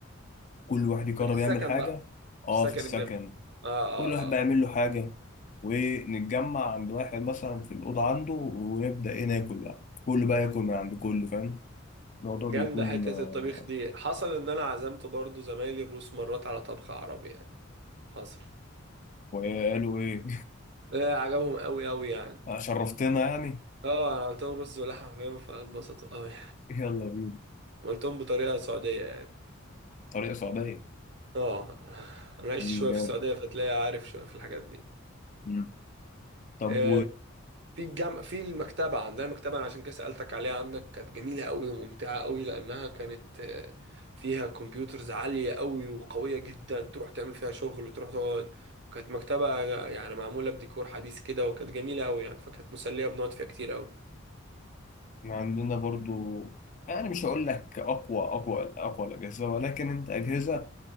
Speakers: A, on the left; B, on the right.
A: كل واحد يقرر
B: ده في السكن
A: يعمل حاجة
B: بقى
A: اه
B: في السكن
A: في السكن
B: الجامعي اه اه
A: كل واحد بقى
B: اه
A: يعمل له حاجة ونتجمع عند واحد مثلا في الأوضة عنده ونبدأ ايه ناكل بقى كله بقى ياكل من عند كله فاهم الموضوع
B: جامدة
A: بيكون
B: حتة
A: آه،
B: الطبيخ دي حصل إن أنا عزمت برضو زمايلي الروس مرات على طبخ عربي يعني حصل
A: وقالوا ايه
B: لا عجبهم قوي قوي يعني
A: <laughs> آه، شرفتنا يعني
B: اه انا قلت لهم رز ولحمه فاهم فاتبسطوا قوي
A: <laughs> يلا بينا
B: قلتهم بطريقه سعوديه يعني
A: طريقة سعودية
B: اه انا عشت
A: مم،
B: شويه
A: جامد
B: في السعوديه فتلاقي عارف شويه في الحاجات دي
A: مم. طب
B: آه، في الجامعة في المكتبة عندنا المكتبة أنا عشان كده سألتك عليها عندك كانت جميلة قوي وممتعة قوي لأنها كانت آه، فيها كمبيوترز عالية قوي وقوية جدا تروح تعمل فيها شغل تروح تقعد وكانت مكتبة يعني معمولة بديكور حديث كده وكانت جميلة قوي يعني فكانت مسلية بنقعد فيها كتير قوي
A: وعندنا برضو يعني مش هقول لك اقوى اقوى اقوى الاجهزه ولكن انت اجهزه